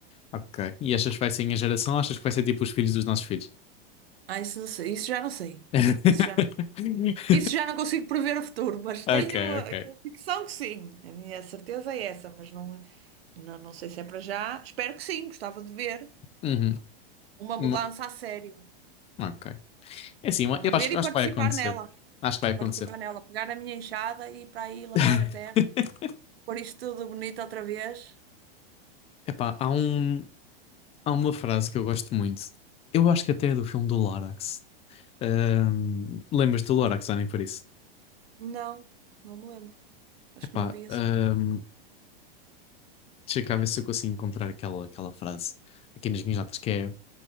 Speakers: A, on the left; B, on the right.
A: Ok. E achas que vai ser a minha geração? ou Achas que vai ser tipo os filhos dos nossos filhos?
B: Ah, isso não sei, isso já não sei.
A: <laughs>
B: Isso já não, isso já não consigo prever o futuro, mas
A: Ok,
B: tenho a
A: ok.
B: convicção que sim. A minha certeza é essa, mas não, não, não sei se é para já. Espero que sim, gostava de ver
A: Uhum.
B: uma
A: Mo-
B: mudança a sério.
A: Ok. É assim, eu
B: Gostava de
A: acho,
B: ver e
A: acho
B: participar
A: que vai acontecer.
B: nela.
A: Acho que vai acontecer.
B: Participar nela, pegar na minha enxada e ir para aí lavrar
A: <laughs>
B: a terra, pôr isto tudo bonito outra vez.
A: Epá, há um, há uma frase que eu gosto muito. Eu acho que até é do filme do Lorax. Ahm, lembras-te do Lorax, Annie, por isso?
B: Não, não me lembro. Acho
A: Epá,
B: que não vi esse
A: ahm,
B: filme.
A: deixa cá ver se eu consigo encontrar aquela, aquela frase aqui nas minhas notas, que é